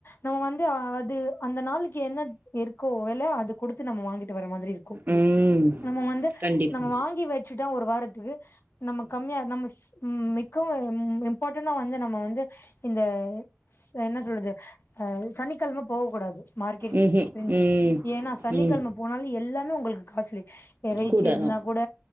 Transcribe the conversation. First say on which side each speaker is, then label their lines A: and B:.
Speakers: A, on the left (about 55°); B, on the right (about 45°).
A: நம்ம வந்து அது அந்த நாளைக்கு என்ன இருக்கோ ல அது குடுத்து நம்ம வாங்கிட்டு வர் மாதிரி இருக்கு
B: ம்.
A: நம்ம வந்து
B: கண்டிப்பா.
A: நம்ம வாங்கி வச்சுட்டா ஒரு வாரத்துக்கு நம்ம கம்மியா நம்மஸ் ம் மிக்க இம்பாட்டனா வந்து நம்ம வந்து இந்த ஸ் என்ன சொல்றது அஹ் சனிக்கெழம போகக்கூடாது மார்க்கெட்
B: ம்ஹ்ம்.
A: செஞ்சு
B: ம்.
A: ஏன்னா சனிக்கெழம
B: ம்.
A: போனாலு எல்லா இன்ன உங்களுக்கு காஸ்லி இறைச்சி
B: கூட
A: இருந்தா
B: தான்.
A: கூட